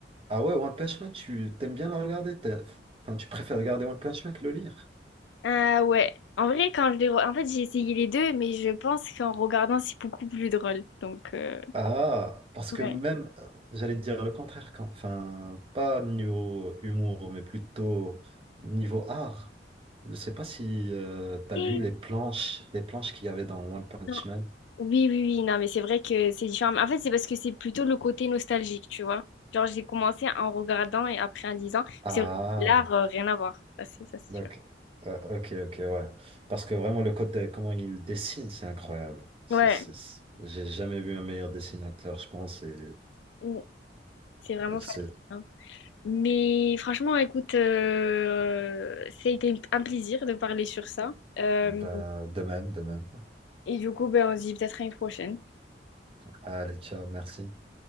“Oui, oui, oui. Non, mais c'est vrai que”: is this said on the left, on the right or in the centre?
Left